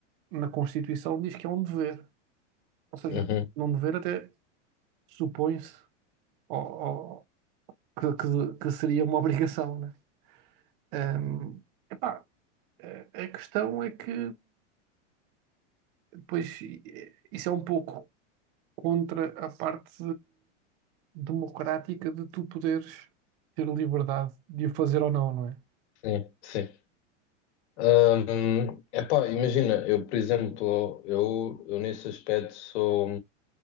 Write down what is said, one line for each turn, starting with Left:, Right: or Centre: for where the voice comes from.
Right: na Constituição diz que é um dever. Ou seja,
Left: uhum,
Right: num dever até supõe-se ou- ou que, que- que seria uma obrigação, né? Ahm, epá, a a questão é que depois eh, isso é um pouco contra a parte democrática de tu poderes ter liberdade de o fazer ou não, não é?
Left: sim, sim. Hum, epá, imagina, eu, por exemplo, eu, eu nesse aspecto sou